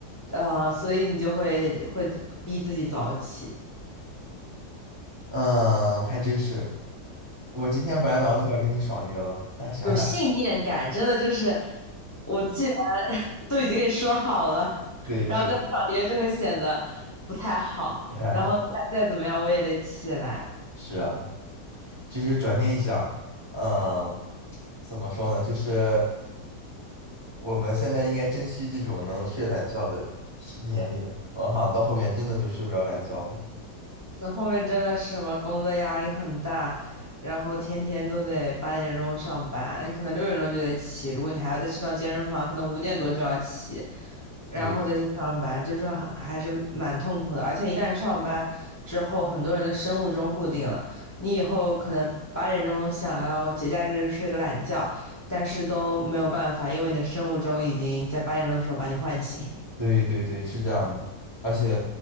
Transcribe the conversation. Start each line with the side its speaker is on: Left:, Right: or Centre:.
Left: 呃，所以你就会会逼自己早起，
Right: 嗯，还真是，我今天本来早上都想跟你爽约了，但是想想，
Left: 有信念感，真的就是我既然 <laughs> 都已经跟你说好了，
Right: 对对，
Left: 然后再爽约就会显得不太好，
Right: 不太好。
Left: 然后再再怎么样我也得起来。
Right: 是啊，其实转念一想，嗯，怎么说呢，就是我们现在应该珍惜这种能睡懒觉的时年龄，我哈，到后面真的就睡不着懒觉了。
Left: 这后面真的是什么工作压力很大，然后天天都得八点钟上班，你可能六点钟就得起，如果你还要再去趟健身房，可能五点多就要起，然后再去上班，
Right: 对。
Left: 就是很还是蛮痛苦的。而且一旦上班之后，很多人的生物钟固定了，你以后可能八点钟想要节假日睡个懒觉，但是都没有办法，因为你的生物钟已经在八点钟的时候把你唤醒。<laughs>
Right: 对对对，是这样的，而且，